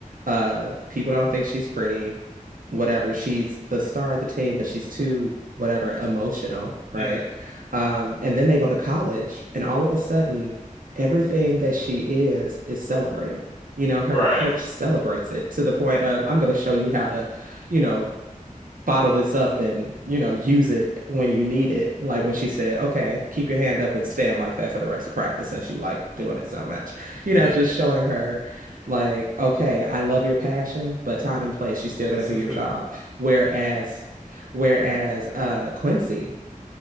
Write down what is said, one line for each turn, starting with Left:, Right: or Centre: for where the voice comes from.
Right: Uh, people don't think she's pretty whatever. She's the star of the team, but she's too whatever emotional, right?
Left: Mm.
Right: Um, and then they go to college, and all of a sudden, everything that she is is celebrated. You know, her
Left: Right.
Right: coach celebrates it to the point of, I'm going to show you how to, you know, bottle this up and, you know, use it when you need it. Like when she said, okay, keep your hand up and stand like that for the rest of practice since you like doing it so much. You know,
Left: Yeah.
Right: just showing her like, okay, I love your passion, but time and place, you still got to do
Left: <laughs>
Right: your job. Whereas, whereas uh Quincy,